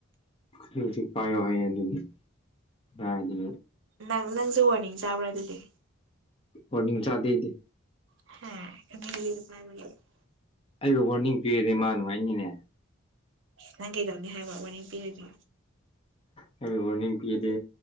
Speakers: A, on the left; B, on the right.
A: ꯖꯤꯛꯖꯤꯛ ꯄꯥꯏꯌꯣ ꯍꯥꯏꯌꯦ ꯑꯗꯨꯅꯤ ꯀꯥꯏꯗꯒꯤ
B: ꯅꯪ ꯅꯪꯁꯨ ꯋꯥꯔꯅꯤꯡ ꯆꯥꯕ꯭ꯔꯥ ꯑꯗꯨꯗꯤ
A: ꯋꯥꯔꯅꯤꯡ ꯆꯗꯦ ꯑꯩꯗꯤ
B: <unintelligible>
A: ꯑꯩꯕꯨ ꯋꯥꯔꯅꯤꯡ ꯄꯤꯔꯗꯤ ꯃꯥ ꯅꯨꯡꯉꯥꯏꯅꯤꯅꯦ
B: ꯅꯪ ꯀꯩꯗꯧꯅꯤ ꯍꯥꯏꯕꯔꯥ ꯋꯥꯔꯅꯤꯡ ꯄꯤꯔꯥꯗꯤ
A: ꯍꯥꯏꯕꯩ ꯋꯥꯔꯅꯤꯡ ꯄꯤꯗꯦ